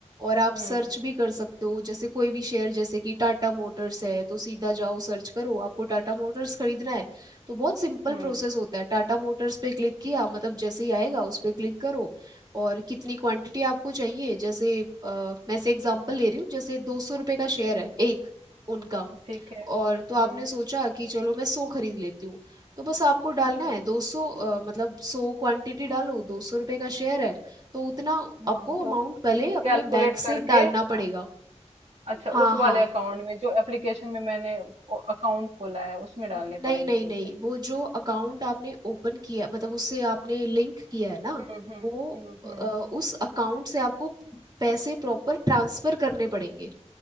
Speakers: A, on the right; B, on the right.
A: और
B: हम्म
A: आप सर्च भी कर सकते हो जैसे कोई भी शेयर जैसे कि टाटा मोटर्स है तो सीधा जाओ सर्च करो आपको टाटा मोटर्स खरीदना है तो बहुत सिंपल
B: हम्म
A: प्रोसेस होता है टाटा मोटर्स पे क्लिक किया मतलब जैसे ही आएगा उस पे क्लिक करो और कितनी क्वांटिटी आपको चाहिए जैसे अ, मैं से एग्जांपल ले रही हूँ जैसे दो सौ रुपये का शेयर
B: हम्म
A: है एक उनका
B: ठीक है
A: और तो आपने
B: हम्म
A: सोचा कि चलो मैं सौ खरीद लेती हूँ तो बस आपको डालना
B: ओके
A: है दो सौ मतलब सौ क्वांटिटी डालो दो सौ रुपये का शेयर है तो उतना
B: हाँ
A: आपको
B: तो
A: अमाउंट पहले
B: ठीक
A: अपने
B: कैलकुलेट
A: बैंक
B: करके
A: से डालना
B: हाँ
A: पड़ेगा
B: अच्छा
A: हाँ
B: उस
A: हाँ
B: वाले अकाउंट में जो एप्लीकेशन में मैंने अकाउंट खोला है उसमें डालने
A: नहीं
B: पड़ेंगे
A: नहीं नहीं
B: मुझे
A: वो जो अकाउंट आपने ओपन किया मतलब उससे आपने लिंक किया है ना
B: हम्म हम्म
A: वो
B: हम्म हम्म
A: अ, उस अकाउंट से आपको पैसे प्रॉपर ट्रांसफर करने पड़ेंगे